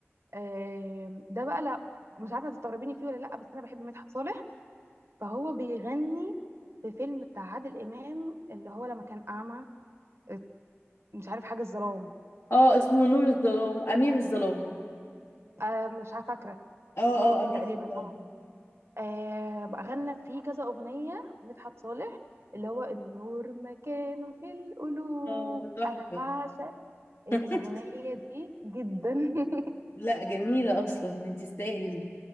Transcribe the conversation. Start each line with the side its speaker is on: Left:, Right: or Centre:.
Right: آه، ده بقى لا مش عارفة تستغربيني فيه ولا لا بس انا بحب مدحت صالح فهو بيغني في فيلم بتاع عادل امام اللي هو لما كان اعمى آه، مش عارف حاجة الظلام
Left: اه اسمه نور الظلام امير الظلام
Right: آه، مش عارفة فاكرة
Left: اه
Right: ممكن
Left: اه أمير
Right: تقريبا
Left: الظلام
Right: اه آه، بقى غنى فيه كذا أغنية مدحت صالح اللي هو النور مكانه في القلوب
Left: اه تحفه
Right: انا بعشق الأغنية
Left: <laughs>
Right: دي جدا <laughs>
Left: لا جميله اصلا يعني تستاهل